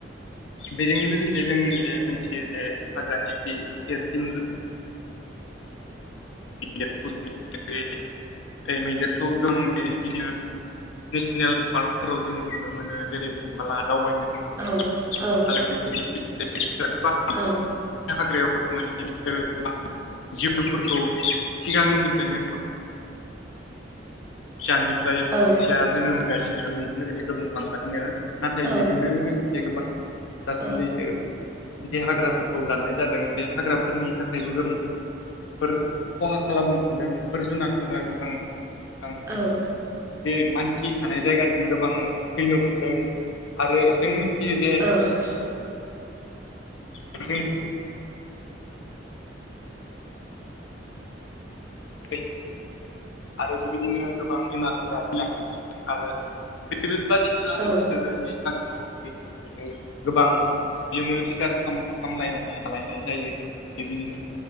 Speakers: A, on the left; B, on the right.
A: बेजों लोगोसे जों जे मोनथियो जे हाग्रानि जि देरसिन <unintelligible> ओफ्राय मैदेरखौ गं बिदिनो नेसनेल पार्कफोराव जों नुनो मोनो जेरै थांबोला दावबायनो थां
B: औ औ
A: आरो बे <unintelligible>
B: औ
A: हाग्रायाव थांनानै बिसोरो जिउफोरखौ सिगांनिफ्रायनो फिसानिफ्राय फिसा
B: औ
A: जोनोम होगासिनो बेजों लोगोसे गोबां बांगासिनो नाथाय
B: औ
A: बेजोंनो लोगोसे गोबां दासान्दिसो
B: औ
A: जे हाग्राफोरखौ दाननाय जादों बे हाग्राफोरनि थाखायबो गोबांफोर खहा खालामनो हमदों बेफोर जुनाद गोबां आं
B: औ
A: जे मानसि थानाय जायगाथिं गोबां फैनो हमदों आरो जों मिथियो जे
B: दा
A: द <unintelligible> बे आरो बेबायदिनो गोबां जुनारफोरा लांदों आरो बेफोरबायदिनो आरो
B: औ
A: बिसोरो बेदि बि गोबां बेयावनो सिखार खालाम लायनानै लायनाय जायो बेबायदिनो